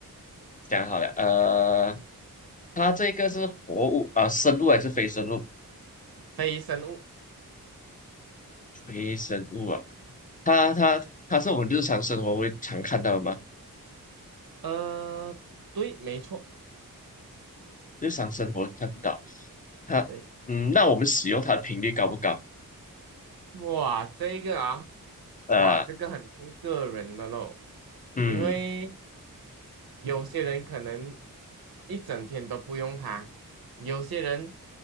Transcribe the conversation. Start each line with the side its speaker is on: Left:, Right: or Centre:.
Left: 讲好了，呃，它这个是活物啊、生物还是非生物？
Right: 非生物，
Left: 非生物啊，它它它是我们日常生活会常看到的吗？
Right: 呃，对，没错，
Left: 日常生活看不到，它，
Right: 对，
Left: 嗯，那我们使用它的频率高不高？
Right: 哇，这个啊，
Left: 呃，
Right: 哇，这个很看个人的咯，
Left: 嗯。
Right: 因为有些人可能一整天都不用它，有些人